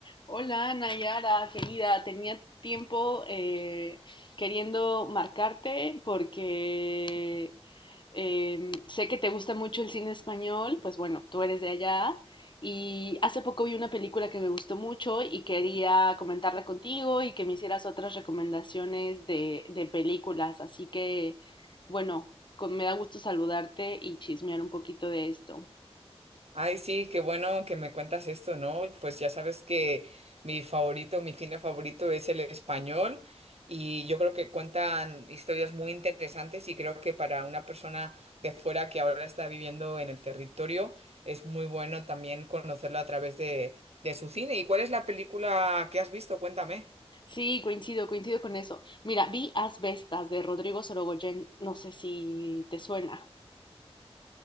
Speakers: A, on the left (about 50°); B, on the right (about 75°).
A: Hola Nayara, querida, tenía tiempo eh, queriendo marcarte porque eh, sé que te gusta mucho el cine español, pues bueno, tú eres de allá y hace poco vi una película que me gustó mucho y quería comentarla contigo y que me hicieras otras recomendaciones de, de películas, así que bueno, con- me da gusto saludarte y chismear un poquito de esto.
B: Ay, sí, qué bueno que me cuentas esto, ¿no? Pues ya sabes que mi favorito, mi cine favorito es el español y yo creo que cuentan historias muy interesantes y creo que para una persona de fuera que ahora está viviendo en el territorio es muy bueno también conocerlo a través de, de su cine. ¿Y cuál es la película que has visto? Cuéntame.
A: Sí, coincido, coincido con eso. Mira, vi As Bestas de Rodrigo Sorogoyen, no sé si te suena.